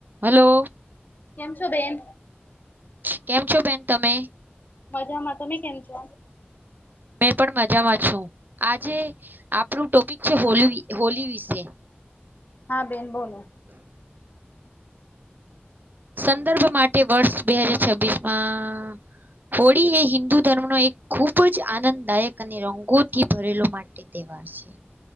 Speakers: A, on the right; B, on the left.
A: હલો
B: કેમ છો બેન
A: કેમ છો બેન તમે
B: મજામાં તમે કેમ છો
A: હુ પણ મજામાં છું આજે આપણું ટોપિક છે હોલી હોલી વિશે
B: હા બેન બોલો
A: <inaudible> સંદર્ભ માટે વર્ષ બે હજર છબીશ માં હોળી એ હિન્દુ ધર્મનો એક ખૂબ જ આનંદદાયક અને રંગોથી ભરેલો માટે તેહેવા બારશે